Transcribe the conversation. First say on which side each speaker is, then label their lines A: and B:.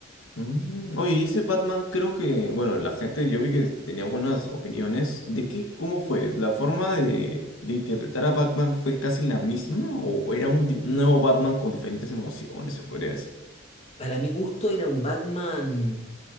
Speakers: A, on the left; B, on the left.
A: Mm, Oye, y ese Batman creo que, bueno, la gente, yo vi que tenía buenas opiniones. ¿De qué, cómo fue? ¿La forma de, de interpretar a Batman fue casi la misma o era un di- nuevo Batman con diferentes emociones, se podría decir?
B: Para mi gusto era un Batman